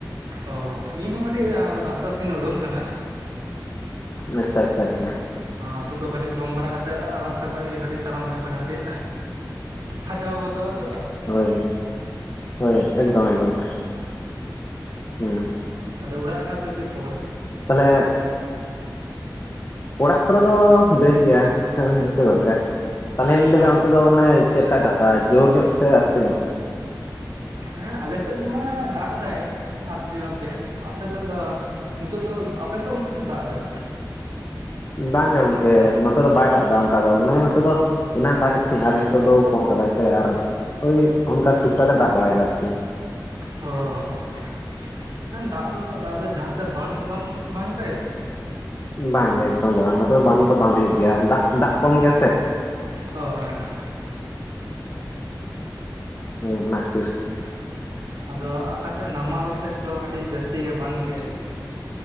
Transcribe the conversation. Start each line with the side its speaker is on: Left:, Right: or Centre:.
Right: ᱚ, ᱤᱧ ᱦᱚᱸ ᱠᱟᱹᱴᱤᱡ ᱨᱟᱥᱛᱟ ᱥᱮᱫ ᱤᱧ ᱩᱰᱩᱝ ᱠᱟᱱᱟ᱾
Left: ᱟᱪᱪᱷᱟ ᱟᱪᱪᱷᱟ ᱟᱪᱪᱷᱟ᱾
Right: ᱱᱤᱛᱚᱜ ᱫᱚ ᱠᱟᱹᱴᱤᱡ ᱡᱚᱢ ᱵᱟᱲᱟ ᱠᱟᱛᱮᱫ ᱨᱟᱥᱛᱟ ᱠᱷᱚᱱ ᱜᱮ ᱠᱟᱹᱴᱤᱡ ᱛᱟᱲᱟᱢ ᱦᱳᱭᱳᱜ ᱠᱟᱱᱟ ᱠᱟᱹᱴᱤᱡ ᱦᱟᱡᱟᱣ ᱜᱚᱫᱚᱜ ᱟᱫᱚ
Left: ᱦᱳᱭ-ᱦᱳᱭ ᱮᱠᱫᱚᱢ-ᱮᱠᱫᱚᱢ ᱦᱮᱸ
Right: ᱟᱫᱚ ᱚᱲᱟᱜ ᱨᱮᱱᱟᱜ ᱫᱚ ᱪᱮᱫ ᱠᱷᱚᱵᱚᱨ?
Left: ᱛᱟᱦᱞᱮ ᱚᱲᱟᱜ ᱠᱚ ᱨᱮ ᱫᱚ ᱵᱮᱥ ᱜᱮᱭᱟ ᱦᱮ ᱥᱮ ᱜᱚᱝᱠᱮ ᱛᱟᱞᱦᱮ ᱞᱤᱧ ᱞᱟᱹᱭ
Right: ᱚ
Left: ᱫᱟ ᱚᱱᱛᱮ ᱫᱚ ᱢᱟᱱᱮ ᱪᱮᱫ ᱞᱮᱠᱟᱭ ᱫᱟᱜ ᱫᱟ ᱡᱳᱨ ᱧᱚᱜ ᱥᱮ ᱟᱥᱛᱮ ᱧᱚᱜ?
Right: ᱦᱮᱸ ᱟᱞᱮ ᱥᱮᱫ ᱫᱚ ᱢᱟ ᱫᱟᱜ ᱮ ᱫᱟᱭ ᱟᱥᱛᱮ ᱧᱚᱜ ᱜᱮ ᱟᱯᱮ ᱥᱮᱫ ᱫᱚ ᱱᱤᱛᱚᱜ ᱫᱚ ᱟᱯᱮ ᱥᱮᱫ ᱥᱮᱫ ᱦᱚᱸᱛᱚ ᱫᱟᱜ-ᱜᱟᱭ
Left: ᱵᱟᱝ ᱜᱮ ᱜᱚᱝᱠᱮ ᱱᱚ ᱛᱮ ᱫᱚ ᱵᱟᱭ ᱫᱟᱜ ᱫᱟ ᱚᱱᱠᱟ ᱫᱚ ᱢᱟᱱᱮ ᱱᱚ ᱛᱮ ᱫᱚ ᱮᱱᱟᱢ ᱫᱟᱜ ᱜᱮᱫ ᱛᱟᱦᱮᱸ ᱟᱨ ᱱᱤᱛᱚᱜ ᱫᱚ ᱠᱚᱢ ᱠᱟᱫᱟᱭ ᱥᱮ ᱟᱨ ᱳᱭ ᱚᱱᱠᱟ ᱴᱩᱠ- ᱴᱟᱠ ᱮ ᱫᱟᱜ ᱵᱟᱲᱟᱭ ᱫᱟᱭ ᱟᱨᱠᱤ
Right: ᱚᱻ ᱦᱮᱸ ᱫᱟᱜ ᱫᱚ ᱫᱟᱜ ᱫᱚ ᱡᱟᱦᱟᱸ ᱥᱮᱫ ᱵᱟᱝ ᱫᱚ ᱵᱟᱝ ᱵᱟᱱ ᱟᱠᱟᱭ ᱛᱚ
Left: ᱵᱟᱝ ᱜᱮ ᱮᱠᱫᱚᱢ ᱜᱮ ᱚᱱᱟᱛᱮ ᱫᱚ ᱵᱟᱱ ᱠᱚ ᱵᱟᱝ ᱦᱩᱭᱩᱜ ᱜᱮᱭᱟ ᱫᱟᱜ- ᱫᱟᱜ ᱠᱚᱢ ᱜᱮᱭᱟ ᱥᱮ
Right: ᱚᱻᱚᱻ ᱦᱮᱸᱻᱦᱮᱸ
Left: ᱦᱮ ᱚᱱᱟ ᱠᱷᱟᱹᱛᱤᱨ
Right: ᱟᱫᱚ ᱟᱯᱮ ᱥᱮᱫ ᱱᱟᱢᱟᱞ ᱥᱮᱫ ᱫᱚ ᱠᱟᱹᱴᱤᱡ ᱡᱟᱹᱥᱛᱤ ᱜᱮ ᱵᱟᱱ ᱠᱮᱜᱟᱭ